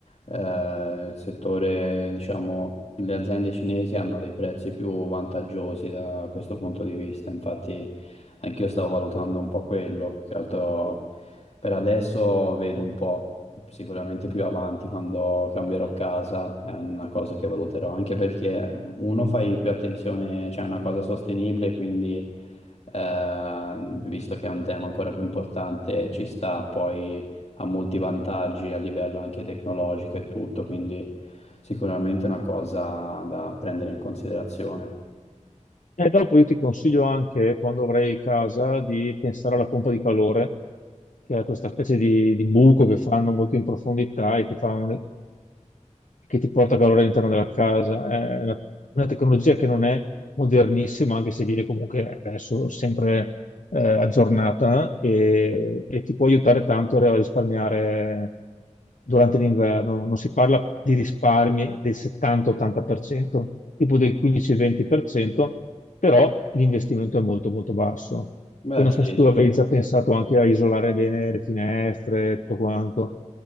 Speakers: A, on the left; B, on the left.
A: eh, il settore, diciamo, le aziende cinesi hanno dei prezzi più vantaggiosi da questo punto di vista, infatti anche io stavo valutando un po' quello, che altro per adesso vedo un po', sicuramente più avanti quando cambierò casa è una cosa che valuterò, anche perché uno fai più attenzione, cioè è una cosa sostenibile, quindi eh, visto che è un tema ancora più importante, ci sta, poi ha molti vantaggi a livello anche tecnologico e tutto, quindi sicuramente è una cosa da prendere in considerazione.
B: E dopo io ti consiglio anche, quando avrai casa, di pensare alla pompa di calore, che è questa specie di, di buco che fanno molto in profondità e che fa un- che ti porta calore all'interno della casa. È una, una tecnologia che non è modernissima, anche se viene comunque adesso sempre eh, aggiornata e, e ti può aiutare tanto a risparmiare durante l'inverno. Non si parla di risparmi del 70-80%, tipo del 15-20%, però l'investimento è molto molto basso.
A: Beh,
B: Poi non
A: sì,
B: so se tu
A: ci
B: avevi
A: sta.
B: già pensato anche a isolare bene le finestre e tutto quanto.